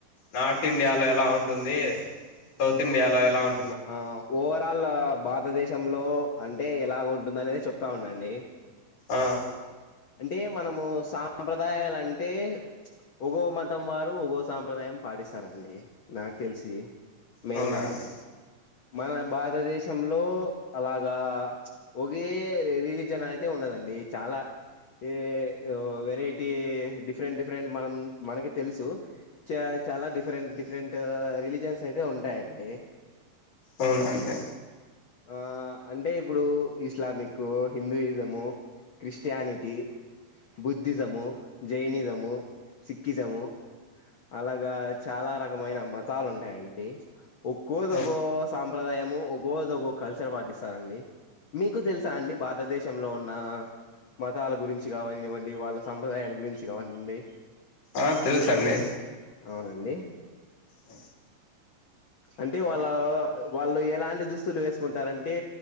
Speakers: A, on the left; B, on the left.
A: నార్త్ ఇండియాలో ఎలా ఉంటుంది సౌత్ ఇండియాలో ఎలా ఉం
B: ఆ ఓవరాల్ భాతదేశంలో అంటే ఎలాగ ఉంటుందనేది చెప్ వస్తా ఉండండి
A: ఆ
B: అంటే మనము సాంప్రదాయాలు అంటే ఒగో మతం వారు ఒగో సాంప్రదాయం పాటిస్తారంండి నాకు తెలిసి మెయిన్గా
A: అవునా అండి
B: మన భారతదేశంలో అలాగా ఒకే రిలీజన్ అయితే ఉండదండి చాలా ఈ వెరైటీ డిఫరెంట్ డిఫరెంట్ మనం మనకి తెలుసు చ చాలా డిఫరెంట్ డిఫరెంట్ రిలీజన్స్ అయితే ఉంటాయండి
A: అవునా అండి
B: ఆ అంటే ఇప్పుడు ఇస్లామిక్ హిందూయిజము క్రిస్టియానిటీ బుద్ధిజము జైనిజము సిక్కిిజము అలాగా చాలా రకమైన మతాలు ఉంటాయండి ఒక్కుకో దోగో
A: ఆ
B: సప్రదాము ఉగోద కల్చర్ పాటిస్తా అండి మీకు తెలుసా అండి భారతదేశంలో ఉన్న మతాల గురించి కావనివ్వండి వాళ్ళ సంప్రదాయాల గురించి కావనిండి
A: ఆ తెలుస అండి
B: అవునండి
A: ఆ
B: అంటే వాళ్ళ వాళ్ళు లా దుస్తులు వేసు కుంటారంటే